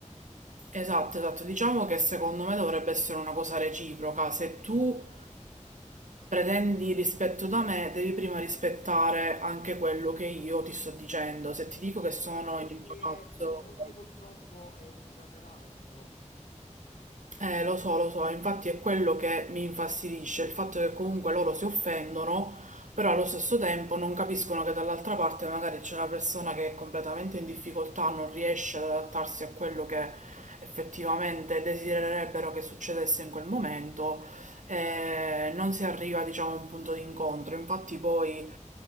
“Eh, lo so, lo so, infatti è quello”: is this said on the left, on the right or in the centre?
Right